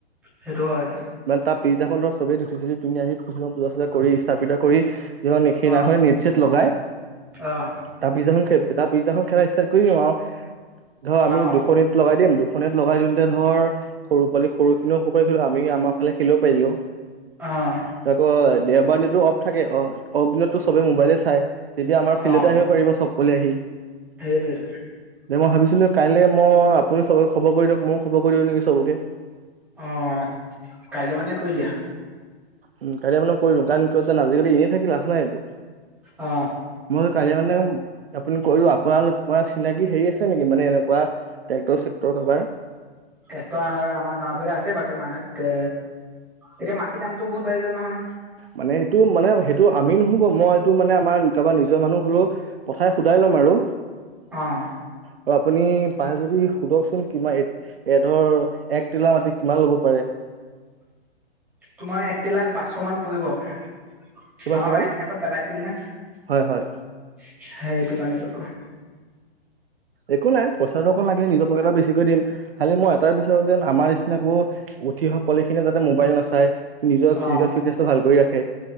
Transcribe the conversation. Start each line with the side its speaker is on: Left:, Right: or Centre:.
Centre: সেইটো হয়
Right: মানে তাৰ পিছদিনাখন ধৰা চবেই ধুতি চুতি পিন্ধি আহি পূজা চূজা কৰিছা <unintelligible> কৰি যি সেইদিনাখনে
Centre: অহ
Right: নেট চেট লগাই
Centre: অহ
Right: তা পিছ তা পিছদিনাখন খেলা ষ্টাট কৰি দিওঁ আৰু ধৰ আমি
Centre: অহ
Right: দুশনেট লগাই দিম দুশনেট লগাই দিওঁ তে ধৰ সৰু পলি সৰু খিনিও সুফালে খেলিব আমি আমাৰ ফালে খেলিব পাৰিলো
Centre: অহ
Right: আকৌ দেওবাৰ দিনতো অফ থাকে অ অফ দিনততো চবে মোবাইলে চাই- তেতিয়া আমাৰ ফিল্ডতে
Centre: অহ
Right: আহিব পাৰিব চব কৰি আহি।
Centre: সেইটোৱেটো
Right: দে মই ভাবিছিলোঁ কাইলৈ মই আপুনি চবকে খবৰ কৰি দিয়ক ময়ো খবৰ কৰি দিয়ো নেকি চবকে-
Centre: অ কাইলৈ মানে কৈ দিয়া।
Right: উম কাইলে মানে কৈ দিয়ো কাৰণ আজিকালি এনে থাকি লাভ নাই একো
Centre: অ
Right: মই কালি মানে আপুনি কৈলো আপোনাৰ চিনাকি হেৰি আছে নেকি মানে এনেকুৱা ট্ৰেক্টৰ চেক্টৰ কাৰবাৰ
Centre: ট্ৰেক্টৰ আমাৰ গাঁওৰ ফালে আছে বাৰু তে মানুহে তে এতিয়া মাটিৰ দামটো বহুত বাঢ়ি গ'ল নহয়
Right: মানে সেইটো মানে সেইটো আমি নহ'ব মই এইটো মানে আমাৰ কাৰোবা নিজৰ মানুহ হলো পঠাই সোধাই ল'ম আৰু
Centre: অহ
Right: আৰু আপুনি পাৰে যদি সোধকচোন কিমান এ এ ধৰ এক তিলা মাটি কিমান ল'ব পাৰে
Centre: তোমাৰ একটিলা পাঁচশ মান পৰিব আমাৰ
Right: কিমান কিমান
Centre: মানে সদিখন পেলাইছিল নে <unintelligible>
Right: হয় হয়
Centre: সেই এইটো কাৰণে ক'লো
Right: একো নাই পইচা অকণ লাগে নিজৰ পকেটৰ বেছিকৈ দিম খালি মই এটাই বিচাৰো যেন আমাৰ <unintelligible> আকৌ উঠি অহা পোৱালি খিনিয়ে যাতে মোবাইল নাচায় নিজৰ ফিজিকেল
Centre: অহ
Right: ফিটনেচ টো ভাল কৰি ৰাখে